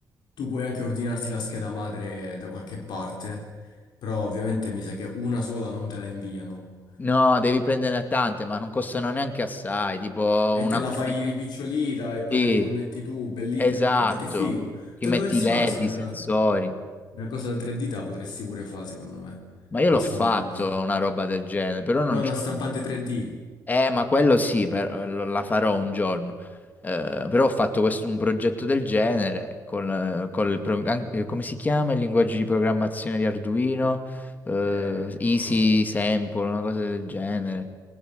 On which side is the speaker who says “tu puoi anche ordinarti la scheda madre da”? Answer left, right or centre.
Left